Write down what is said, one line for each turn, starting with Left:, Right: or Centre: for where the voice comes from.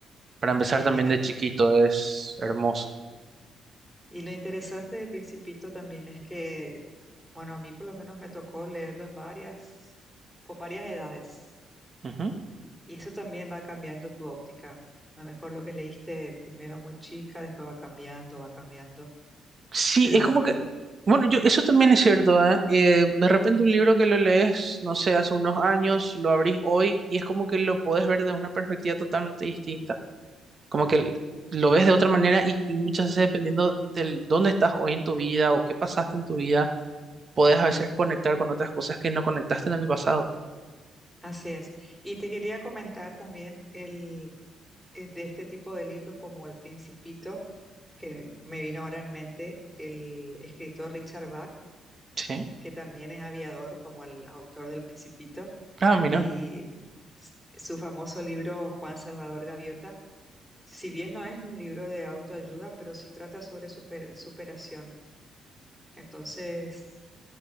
Right: Para empezar
Centre: Sí,
Right: también
Centre: me can-
Right: de chiquito, es hermoso.
Centre: Y lo interesante del Principito también es que, bueno, a mí por lo menos me tocó leerlo en varias, con varias edades.
Right: Ujú.
Centre: Y eso también va cambiando tu óptica. A lo mejor lo que leíste primero muy chica, después va cambiando, va cambiando.
Right: Sí,
Centre: Pero
Right: es como
Centre: bueno.
Right: que, bueno, yo, eso también es cierto, ¿eh? Eh, de repente un libro que lo lees, no sé, hace unos años, lo abrís hoy y es como que lo podés ver desde una perspectiva totalmente distinta. Como que lo ves de otra manera y, y muchas veces dependiendo del dónde estás hoy en tu vida o qué pasaste en tu vida, podés a veces conectar con otras cosas que no conectaste en el pasado.
Centre: Así es. Y te quería comentar también el, es de este tipo de libros como El Principito, que me vino ahora en mente, el escritor Richard Bach,
Right: Sí.
Centre: que también es aviador como el autor del Principito,
Right: Ah, mira,
Centre: y s- su famoso libro Juan Salvador Gaviota, si bien no es un libro de autoayuda, pero sí trata sobre super- superación. Entonces,